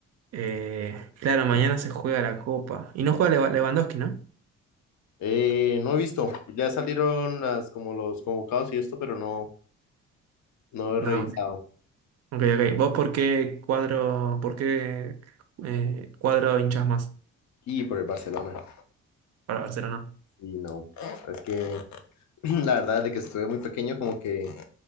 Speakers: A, on the right; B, on the left.
A: Eh, claro, mañana se juega la Copa. Y no juega Lewa- Lewandowski, ¿no?
B: Eh, no he visto, ya salieron las, como los convocados y esto, pero no, no he
A: No,
B: revisado.
A: Ok, ok. ¿Vos por qué cuadro, por qué eh, cuadro hinchas más
B: Y por el Barcelona,
A: para Barcelona?
B: y no. Es que <clears throat> la verdad, de que estuve muy pequeño, como que